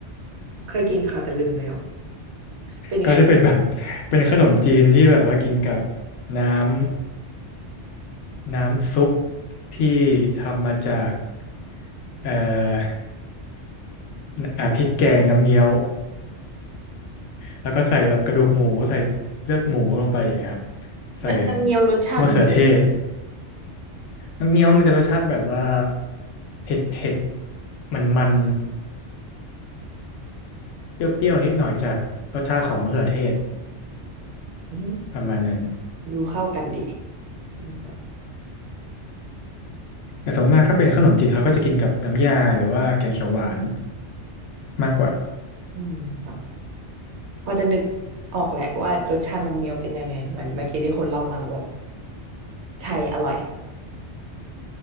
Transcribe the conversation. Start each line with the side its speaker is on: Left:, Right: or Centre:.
Right: เคยกินค่ะแต่ลืมแล้วเป็นยังไงคะ
Left: ก็จะเป็นแบบ <laughs> เป็นขนมจีนที่แบบว่ากินกับน้ำน้ำซุปที่ทำมาจากเอ่ออ่าพริกแกงน้ำเงี้ยวแล้วก็ใส่แบบกระดูกหมูใส่เลือดหมูลงไปอย่างเงี้ยครับใส่
Right: น้ำน้ำเงี้ยวรสชาติมันเป็นยังไง
Left: มะเขือเทศน้ำเงี้ยวมันจะรสชาติแบบว่าเผ็ดเผ็ดมันมัน เปรี้ยวๆนิดหน่อยจากรสชาติของมะเขือเทศ
Right: อืม
Left: ประมาณนั้น
Right: ดูเข้ากันดีอืม
Left: แต่ส่วนมากถ้าเป็นขนมจีนเขาก็จะกินกับน้ำยาหรือว่าแกงเขียวหวานมากกว่า
Right: อืมค่ะพอจะนึกออกแหละว่ารสชาติน้ำเงี้ยวเป็นยังไงมันเมื่อกี้ที่คนเล่ามาแล้วแบบใช่อร่อย